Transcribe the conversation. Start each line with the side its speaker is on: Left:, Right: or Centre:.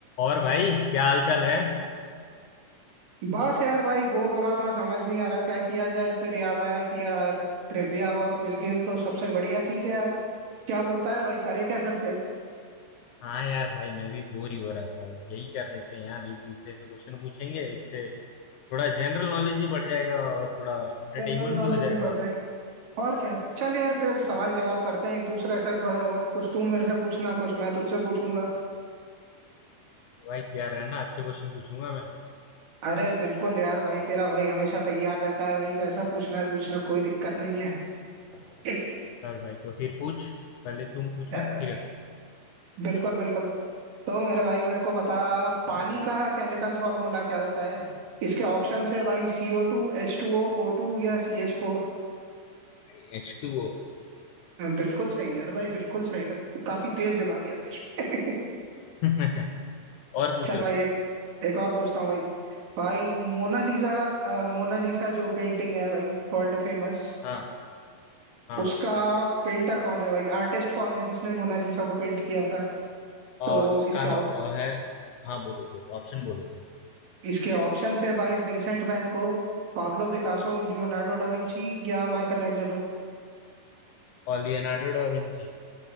Left: और भाई क्या हाल चाल है
Right: बस यार भाई बोर हो रहा था समझ नहीं आ रहा क्या किया जाए फिर याद आया कि यार ट्रिविया और क्विज गेम तो सबसे बढ़िया चीज है यार क्या बोलता है भाई करे क्या फिर से
Left: हाँ यार भाई मैं भी बोर ही हो रहा था यही कर लेते हैं यार एक दूसरे से क्वेश्चन पूछेंगे इससे थोड़ा जनरल नॉलेज भी बढ़ जाएगा और थोड़ा एंटरटेनमेंट
Right: जनरल नॉलेज
Left: भी हो जाएगा
Right: भी बढ़ जाएगा और क्या चल यार फिर सवाल जवाब करते हैं एक दूसरे से थोड़े बहुत कुछ तू मेरे से पूछना कुछ मैं तुझसे पूछूंगा
Left: कि भाई तैयार रहना अच्छे क्वेश्चन पूछूंगा मैं
Right: अरे बिल्कुल यार भाई तेरा भाई हमेशा तैयार रहता है भाई जैसा पूछना है पूछना कोई दिक्कत नहीं है <laughs>
Left: चल भाई तो फिर पूछ पहले तुम पूछो
Right: यार भाई
Left: फिर
Right: बिल्कुल बिल्कुल तो मेरे भाई मेरे को बता पानी का केमिकल फॉर्मूला क्या होता है इसके ऑप्शन है भाई CO two H two O O two या सी एच फोर
Left: भाई एच टू ओ
Right: बिल्कुल सही यार भाई बिल्कुल सही भाई काफी तेज दिमाग है भाई <laughs>
Left: <laughs> और पूछो
Right: चल भाई
Left: तुम
Right: एक एक और पूछता हूँ भाई भाई मोनालिसा अ, मोनालिसा जो पेंटिंग है भाई वर्ल्ड फेमस
Left: हाँ हाँ
Right: उसका
Left: हाँ
Right: पेंटर कौन है भाई आर्टिस्ट कौन है जिसने मोनालिसा को पेंट किया था
Left: अ,
Right: तो
Left: इसका
Right: इसके op-
Left: है अ है हाँ बोलो बोलो ऑप्शन बोलो तुम
Right: इसके ऑप्शंस है भाई Vincent van Gogh Pablo Picasso Leonardo da Vinci या माइकल एंजेलो
Left: और लियोनार्डो डा विंची